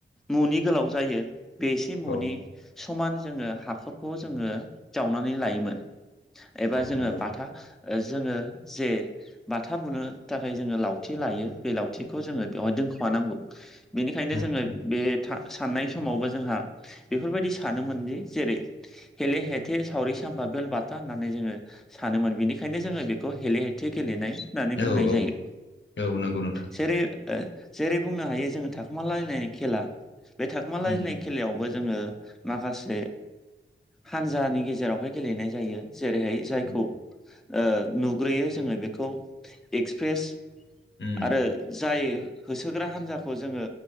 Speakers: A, in the centre; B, on the left (about 65°).
A: न'नि गोलाव जायो बे एसे म'नि
B: औ
A: समान जोङो हाखरखौ जोङो जावनानै लायोमोन। एबा जोङो
B: नंगौ
A: बाथा जोङो जे बाथा बुनो थाखाय जोङो लावथि लायो बे लावथिखौ जोङो बेवहाय दोनखुमानांगौ। बेनिखायनो
B: उम
A: जोङो
B: उम
A: बे था साननाय समावबो जोंहा बेफोरबायदि सानोमोनदि जेरै हेले-हेथे सावरि सामबा बेल-बाथा होननानै जोङो सानोमोन बिनिखायनो जोङो बेखौ हेले-हेथे गेलेनाय होननानै बुंनाय
B: औ
A: जायो।
B: औ औ नंगौ नोंथां
A: जेरै ओ जेरै बुंनो हायो जोङो थाखोमालायनाय खेला बे थाखोमालायनाय
B: उम
A: खेलायावबो जोङो माखासे हानजानि गेजेरावहाय गेलेनाय जायो। जेरैहाय जायखौ
B: उम
A: ओ नुग्रोयो जोङो बेखौ एक्सप्रेस
B: उम
A: आरो जाय होसोग्रा हान्जाखौ जोङो